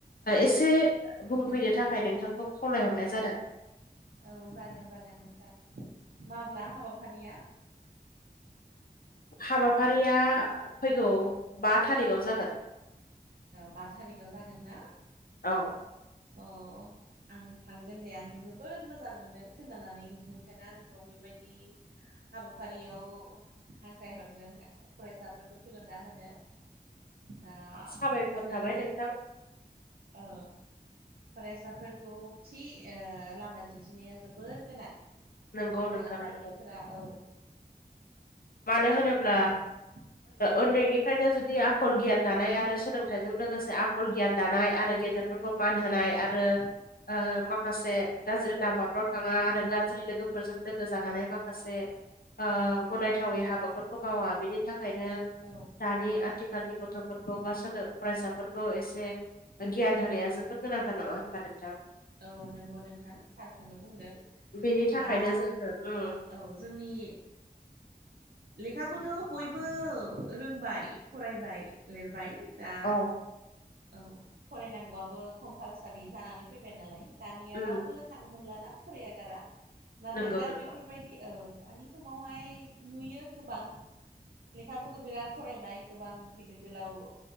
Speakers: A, on the left; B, on the right.
A: एसे बुंफैनो थाखाय नोंथांखौ खावलायहरनाय जादों।
B: औ जागोन जागोन नोंथां माब्ला हाबाफारिया
A: हाबाफारिया फैगौ बा थारिखआव जागोन।
B: बा थारिखआव जागोन ना
A: औ
B: अ'। आं थांगोन दे आं जोबोद मोजां मोनदों खोनानानै नोंथाङा आंखौ बेबायदि हाबाफारियाव हांख्रायहरदों फरायसाफोरखौ थुलुंगा होनो। दा
A: साबायखर
B: जोंनि
A: थाबाय नोंथां
B: ओ फरायसाफोरखौ थि ओ लामा दिन्थिनाया जोबोर गोनां।
A: नंगौ
B: जोंहा
A: नोंथां
B: लाइमोनफोरा
A: नंगौ
B: औ।
A: मानो होनोब्ला
B: दा औ
A: उन्दैनिफ्रायनो जुदि आखल गियान दानाय आरो सोलोंथाइ जों लोगोसे आखल गियान दानाय आरो गेदेरफोरखौ मान होनाय
B: नंगौ
A: आरो ओ माखासे गाज्रि लामाफ्राव थाङा आरो गाज्रि लोगोफोरजों लोगो जानानै माखासे ओ गनायथावै हाबाफोरखौ मावा बेनि थाखायनो
B: औ
A: दानि आथि खालनि गथ'फोरखौ बा सोलो फरायसाफोरखौ एसे गियान होनाया जोबोद गोनांथार नङा होनबा नोंथां।
B: औ नंगौ नोंथां थारखौनो बुंदों।
A: बेनि थाखायनो
B: दा
A: जोङो उम
B: औ जोंनि लेखाखौथ' बयबो रोंबाय फरायबाय लिरबाय दा
A: औ
B: औ फरायनांगौआबो कमपालसारि जानानै फैबाय नालाय। दानिया
A: उम
B: रावबो थानो मोनलाना फराया गारा नाथाय
A: नंगौ
B: दा
A: नोंथां
B: बेफोर बेफोरबायदि औ दानि समावहाय नुयो गोबां लेखाखौथ' बिराद फरायबाय गोबां गिदिर गोलाव